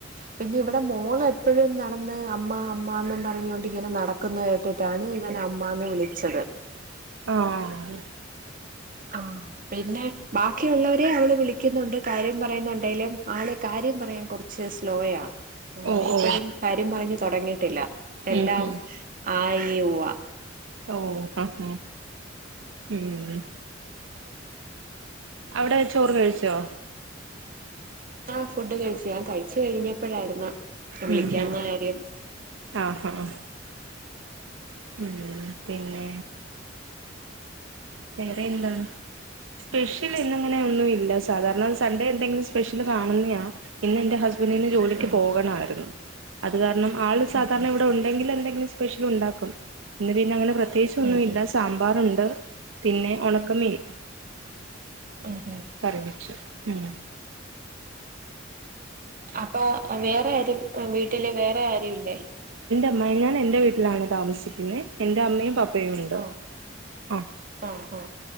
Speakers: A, on the right (about 45°); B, on the right (about 75°).
A: പിന്നെ ഇവിടെ മോളെ ഇപ്പഴും നടന്ന് അമ്മ അമ്മാന്ന് പറഞ്ഞുകൊണ്ട് ഇങ്ങനെ നടക്കുന്നത വിട്ടിട്ടാണ് ഇവൻ അമ്മാന്ന് വിളിച്ചത്
B: ആഹ്
A: ആ പിന്നെ ബാക്കിയുള്ളവരെ അവള് വിളിക്കുന്നുണ്ട് കാര്യം പറയുന്നുണ്ടെങ്കിലും ആള് കാര്യം പറയാൻ കുറച്ച് സ്ലോയാ ആ
B: ഓ
A: ഇപ്പഴും
B: ഓ
A: കാര്യം പറഞ്ഞു തുടങ്ങിയിട്ടില്ല എല്ലാം
B: ഉം ഉം
A: ആയി വാ
B: ഓ ആ ആഹ ഉം അവിടെ ചോറ് കഴിച്ചോ
A: ആഹ ഫുഡ് കഴിച്ച് ഞാൻ കഴിച്ച് കഴിഞ്ഞപ്പോഴായിരുന്ന് വിളിക്കാന്ന
B: ഉം ഉം
A: കാര്യം
B: ആഹ് ആഹ് ഉം പിന്നെ വേറെ എന്താ സ്പെഷ്യൽ ഇന്നും അങ്ങനെ ഒന്നൂവില്ല സാധാരണ സൺഡേ എന്തെങ്കിലും സ്പെഷ്യൽ കാണുന്നയാ ഇന്ന് എൻ്റെ ഹസ് ഹസ്ബന്റിന് ജോലിക്ക്
A: ഉം
B: പോകണമായിരുന്നു അത് കാര കാരണം ആള് സധാരണ
A: ഉം
B: ഇവിടെ ഉണ്ടെങ്കിൽ എന്തെങ്കിലും സ്പെഷ്യൽ ഉണ്ടാക്കും ഇന്ന് പിന്നെ അങ്ങനെ പ്രത്യേകിച്ച ഒന്നും
A: ഉം ഉം
B: ഇല്ല സാമ്പാറുണ്ട് പിന്നെ ഉണക്ക മീൻ
A: ഉം ഉം
B: കറിവെച്ചു ഉം
A: അപ്പൊ വേറെ വീട്ടില് വേറെ ആരും ഇല്ലേ
B: ആ ഞാൻ എന്റെ വീട്ടിലാണ് താമസിക്കുന്നത് എന്റെ അമ്മയും പപ്പ ഉണ്ട്
A: ആഹ്
B: ആ
A: ആഹ്